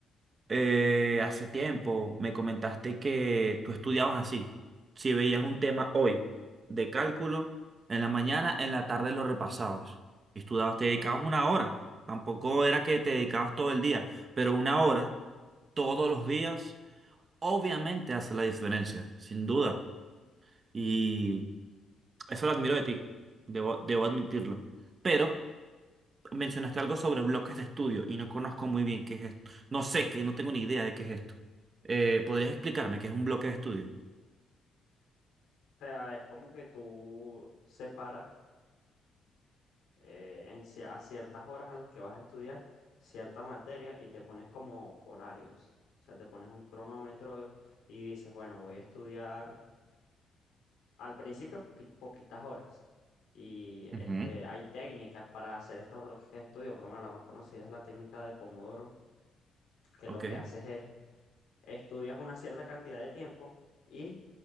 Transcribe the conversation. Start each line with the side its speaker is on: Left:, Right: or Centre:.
Right: eh, hace tiempo me comentaste que tú estudiabas así. Si veías un tema hoy de cálculo, en la mañana, en la tarde lo repasabas. estudiabas, te dedicabas una hora. Tampoco era que te dedicabas todo el día, pero una hora todos los días, obviamente hace la diferencia, sin duda. Y eso lo admiro de ti, debo, debo admitirlo. Pero mencionaste algo sobre bloques de estudio y no conozco muy bien qué es esto. No sé, que no tengo ni idea de qué es esto. Eh, ¿podrías explicarme qué es un bloque de estudio?
Left: sea, es como que tú separas eh, en, cier- a ciertas horas a las que vas a estudiar cierta materia y te pones como horarios. O sea, te pones un cronómetro y dices, bueno, voy a estudiar al principio poqui- poquitas horas. Y
Right: Ujú.
Left: este, hay técnicas para hacer estos bloques de estudio, por lo menos la más conocida es la técnica de Pomodoro, que
Right: Ok.
Left: lo que haces es estudias una cierta cantidad de tiempo y